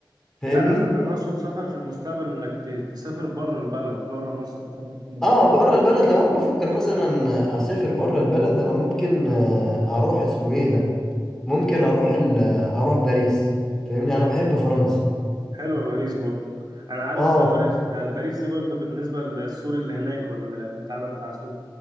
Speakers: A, in the centre; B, on the right.
A: فاهمني
B: لا انا انا اقصد سفر في المستقبل انك ت- تسافر بره البلد بره مصر تسافر فين
A: اه بره
B: تسافر
A: البلد لو انا بفكر مثلا اسافر بره البلد انا ممكن آه، اروح اسمه ايه ده ممكن اروح ال... اروح باريس فاهمني انا بحب فرنسا
B: حلوه باريس برضو انا عارف
A: اه
B: باريس آه، باريس دي برضو بالنسبه للسور اللي هناك والبتاع ده بتاع سور